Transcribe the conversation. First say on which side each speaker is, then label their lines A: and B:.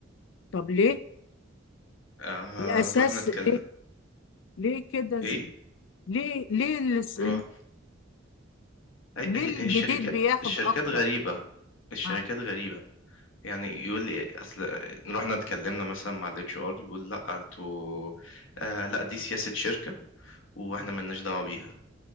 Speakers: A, on the left; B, on the left.
A: طب ليه
B: آه...
A: الأساس
B: رحنا نتكلم
A: إيه؟ ليه كده ز-
B: ايه
A: ليه ليه الس-
B: روح هي
A: ليه
B: هي- هي
A: الجديد
B: الشركات
A: بياخد
B: الشركات
A: أكتر؟
B: غريبة الشركات
A: آه
B: غريبة يعني يقول لي اصل رحنا اتكلمنا مثلا مع الاتش ار يقول لا انتوا آه لا دي سياسة شركة واحنا ملناش دعوة بيها